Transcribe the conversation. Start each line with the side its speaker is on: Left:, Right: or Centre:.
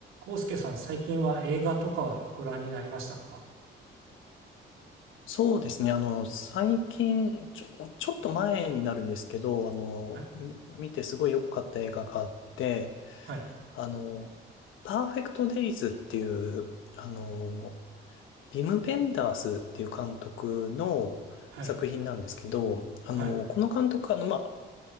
Right: 康介さん、最近は映画とかはご覧になりましたか
Left: そうですね。あの、最近、ちょ、ちょっと前になるんですけど、あの、
Right: はい、
Left: 見てすごい良かった映画があって、
Right: はい、
Left: あの、パーフェクトデイズっていう、あの、ビム・ベンダースっていう監督の作品なんですけど、
Right: はい、
Left: あの、
Right: はい。
Left: この監督、あの、まあ、